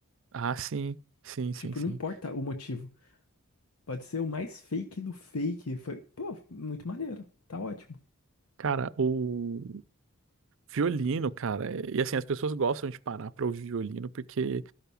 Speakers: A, on the right (about 60°); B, on the left (about 80°).
A: Ah, sim, sim, sim,
B: tipo,
A: sim.
B: não importa o motivo, pode ser o mais fake do fake, foi, pô, muito maneiro, tá ótimo.
A: Cara, o violino, cara, é- e assim, as pessoas gostam de parar pra ouvir violino porque